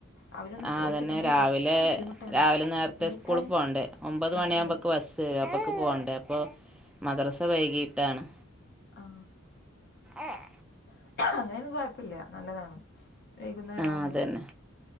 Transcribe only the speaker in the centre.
അതന്നെ
രാവിലെ
രാവിലെ നേരത്തെ
സ്കൂളിൽ പോകണ്ടേ ഒമ്പത്
മണിയ ആകുമ്പോക്ക്
ബസ് ബസ് വരും അപ്പക്ക് പോവണ്ടേ അപ്പൊ മദ്രസ വൈകിട്ടാണ്
ആഹ
ആ
അതന്നെ